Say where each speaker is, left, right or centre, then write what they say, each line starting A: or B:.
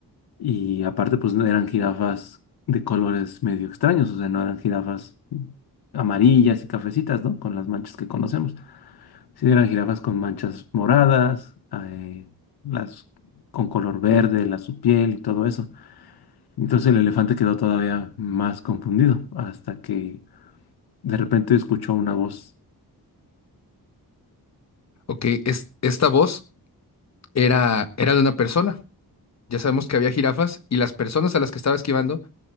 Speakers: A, on the left (about 85°); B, on the left (about 45°).
A: Y aparte, pues no eran jirafas de colores medio extraños, o sea, no eran jirafas amarillas y cafecitas, ¿no? Con las manchas que conocemos. Sí, eran jirafas con manchas moradas, eh, las con color verde, la su piel y todo eso. Entonces el elefante quedó todavía más confundido hasta que de repente escuchó una voz.
B: Ok, es, esta voz era, era de una persona. Ya sabemos que había jirafas y las personas a las que estaba esquivando